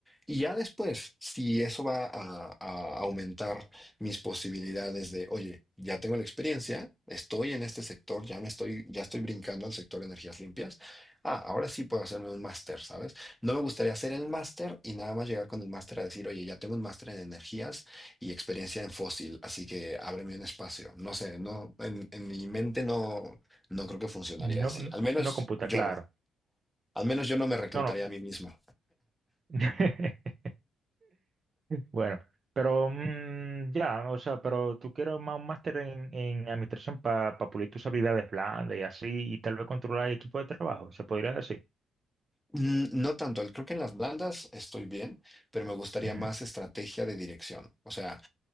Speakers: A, in the centre; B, on the right (about 40°).
A: Y ya después, si eso va a a aumentar mis posibilidades de, oye, ya tengo la experiencia, estoy en este sector, ya me estoy, ya estoy brincando al sector de energías limpias. Ah, ahora sí puedo hacerme un máster, ¿sabes? No me gustaría hacer el máster y nada más llegar con el máster a decir, oye, ya tengo un máster en energías y experiencia en fósil, así que ábreme un espacio. No sé, no, en, en mi mente no, no creo que funcionaría
B: No,
A: así.
B: no
A: Al menos
B: no computa,
A: yo
B: claro,
A: no. Al menos yo no me reclutaría
B: no, no,
A: a mí mismo.
B: <laughs> Bueno, pero mm, ya, o sea, pero tú quieres más un máster en, en administración para pulir tus habilidades blandas y así, y tal vez controlar el equipo de trabajo, se podría decir.
A: Mm, No tanto, el- creo que en las blandas estoy bien, pero me gustaría
B: Ujú,
A: más estrategia de dirección. O sea,